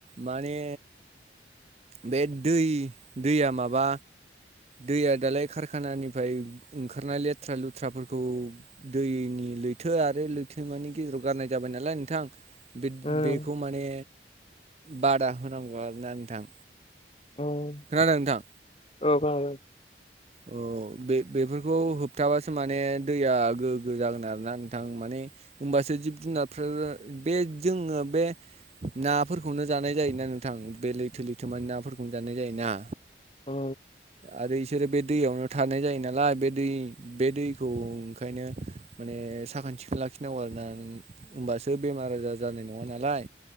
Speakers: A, on the right; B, on the left.
A: माने बे दै दैया माबा दैया दालाय खारखानानिफ्राय ओंखारनाय लेथ्रा लुथ्राफोरखौ दैनि लैथो आर आरो लैथो मानि गेजेराव गारनाय जाबाय नालाय नोंथां बे
B: उम
A: बेखौ माने बादा होनांगौ आरोना नोंथां।
B: उम
A: खोनादों नोंथां
B: औ खोनादों
A: औ। बे बेफोरखौ होबथाबासो माने दैया गोग्गो जागोन आरोना नोंथां माने होमबासो। जिब जुनारफोर बे जोङो बे नाफोरखौनो जानाय जायोना नोंथां बे लैथो लैथोमानि नाफोरखौनो जानाय जायोना।
B: औ।
A: आरो बिसोरो बे दैयावनो थानाय जायो नालाय बे दै बे दैखौ ओंखायनो माने साखोन सिखोन लाखिनांगौ आरोना नों होमबासो बेमार आजार जानाय नङा नालाय।